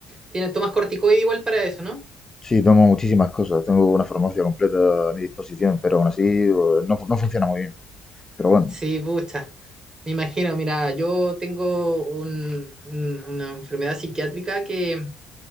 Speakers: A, on the right (about 30°); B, on the left (about 20°).
A: tienes, tomas corticoide igual para eso, ¿no?
B: Sí, tomo muchísimas cosas. Tengo una farmacia completa a mi disposición, pero aún así eh, no, fu- no funciona muy bien. Pero bueno,
A: Sí, pucha. Me imagino, mira, yo tengo un- un- una enfermedad psiquiátrica que,